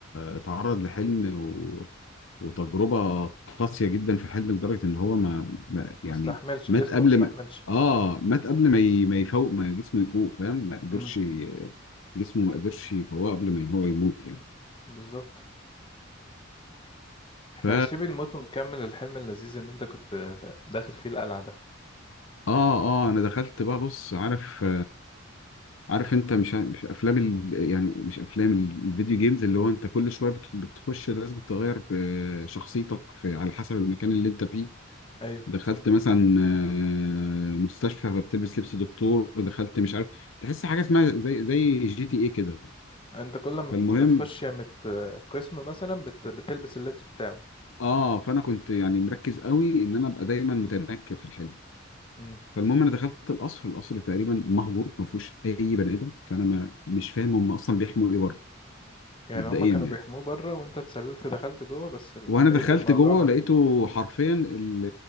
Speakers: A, on the left; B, on the left.
A: اتعرض لحلم و... وتجربة قاسية جدا في الحلم لدرجة ان هو ما, ما
B: مستحملش
A: يعني مات
B: جسمه
A: قبل
B: مستحملش
A: ما اه مات قبل ما ي... ما يفوق ما جسمه يفوق فاهم؟ ما قدرش
B: امم
A: ي- جسمه ما قدرش يفوقه قبل ما هو يموت يعني.
B: بالظبط احنا
A: ف
B: نسيب الموت ونكمل الحلم اللذيذ ان انت كنت داخل فيه القلعة ده
A: اه اه انا دخلت بقى بص عارف عارف انت مش ع- مش افلام ال... يعني مش افلام ال- الفيديو جيمز اللي هو انت كل شويه بت- بتخش لازم تغير آه، شخصيتك في... على حسب المكان اللي انت فيه
B: ايوه
A: دخلت مثلا آه، مستشفى فبتلبس لبس دكتور دخلت مش عارف تحس حاجه اسمها زي زي جي تي ايه كده
B: انت كل ما
A: فالمهم
B: بت- بتخش يا مت قسم مثلا بت... بتلبس اللبس بتاعه
A: اه فانا كنت يعني مركز قوي ان انا ابقى دايما متنكر في الحاجه
B: امم
A: فالمهم انا دخلت القصر القصر تقريبا مهجور ما فيهوش اي بني ادم فانا ما مش فاهم هم اصلا بيحموا ايه بره
B: يعني
A: مبدئيا
B: هما كانوا
A: يعني
B: بيحموه بره وانت اتسللت دخلت جوه بس لقيت
A: وانا دخلت
B: الموضوع
A: جوه
B: مهجور
A: لقيته حرفيا ال-